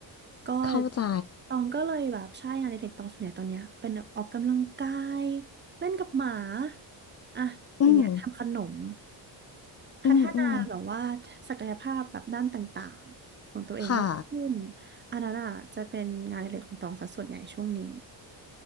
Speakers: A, on the right; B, on the left.
A: ก็
B: เข้าใจ
A: ตองก็เลยแบบใช่งานอดิเรกตองส่วนใหญ่ตอนเนี้ยเป็นแบบออกกำลังกายเล่นกับหมาอะอย่างเงี้ยทำขนม
B: อืม
A: พัฒนาแบบว่าศักยภาพแบบด้านต่างๆของตัวเองมากขึ้น
B: อืมอืมค่ะ
A: อันนั้นอ่ะจะเป็นงานอดิเรกของตองซะส่วนใหญ่ช่วงนี้